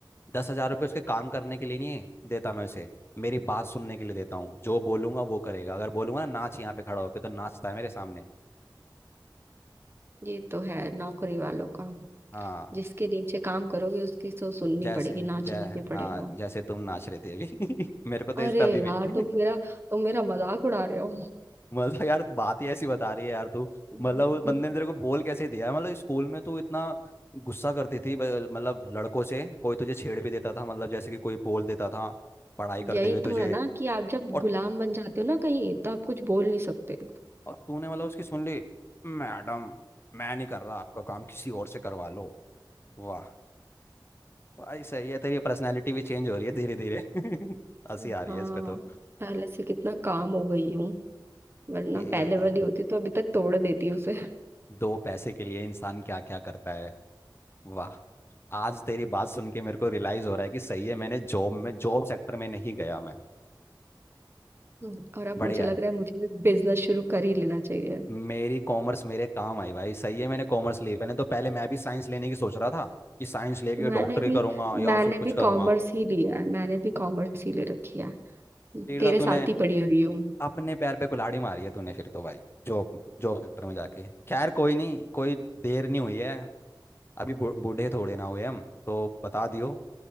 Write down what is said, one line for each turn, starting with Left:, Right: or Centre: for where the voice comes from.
Left: दस हजार रुपये उसके काम करने के लिए नहीं देता मैं उसे मेरी बात सुनने के लिए देता हूँ जो बोलूंगा वो करेगा अगर बोलूंगा ना नाच यहाँ पे खड़ा होकर तो नाचता है मेरे सामने
Right: ये तो है नौकरी वालों का
Left: हाँ
Right: जिसके नीचे काम करोगे उसकी तो सुननी
Left: जैसे
Right: पड़ेगी नाचना
Left: जय
Right: भी पड़ेगा
Left: हाँ जैसे तुम नाच रहे थे अभी <laughs> मेरे को तो
Right: अरे
Left: इस पे अभी भी
Right: यार
Left: <laughs>
Right: तुम मेरा तुम मेरा मजाक उड़ा रहे हो
Left: मतलब यार बात ही ऐसी बता रही है यार तू
Right: हम्म,
Left: मतलब उस बंदे ने तेरे को बोल कैसे दिया मतलब स्कूल में तू इतना गुस्सा करती थी ब- मतलब लड़कों से कोई तुझे छेड़ भी देता था मतलब जैसे कि कोई बोल देता था पढ़ाई
Right: यही
Left: करते हुए तुझे
Right: तो है ना कि आप जब
Left: और
Right: गुलाम बन जाते हो ना कहीं तो आप कुछ बोल नहीं सकते
Left: और तूने मतलब उसकी सुन ली मैडम मैं नहीं कर रहा आपका काम किसी और से करवा लो वाह भाई सही है तेरी पर्सनैलिटी भी चेंज हो रही है धीरे धीरे <laughs> हंसी
Right: हाँ
Left: आ रही है इस पे तो
Right: पहले से कितना काम हो गई हूँ वरना
Left: यही
Right: पहले
Left: होता
Right: वाली
Left: है
Right: होती तो अभी तक तोड़ देती उसे
Left: दो पैसे के लिए इंसान क्या क्या करता है वाह आज तेरी बात सुन के मेरे को रियलाइज हो रहा है कि सही है मैंने जॉब में जॉब सेक्टर में नहीं गया मैं
Right: हम्म। और अब
Left: बढ़िया
Right: मुझे लग
Left: है
Right: रहा है मुझे भी बिजनेस शुरू कर ही लेना चाहिए
Left: मेरी कॉमर्स मेरे काम आई भाई सही है मैंने कॉमर्स ली मैंने तो पहले मैं भी साइंस लेने की सोच रहा था कि साइंस लेके
Right: मैंने
Left: डॉक्टरी
Right: भी
Left: करूंगा या
Right: मैंने
Left: फिर कुछ
Right: भी
Left: करूंगा
Right: कॉमर्स ही लिया है मैंने भी कॉमर्स ही ले रखी है
Left: फिर
Right: तेरे
Left: तो तूने
Right: साथ ही पड़ी हुई हूँ
Left: अपने पैर पे कुल्हाड़ी मारी है तूने फिर तो भाई जॉब जॉब सेक्टर में जाके खैर कोई नहीं कोई देर नहीं हुई है अभी बू- बूढ़े थोड़े ना हुए हम तो बता दियो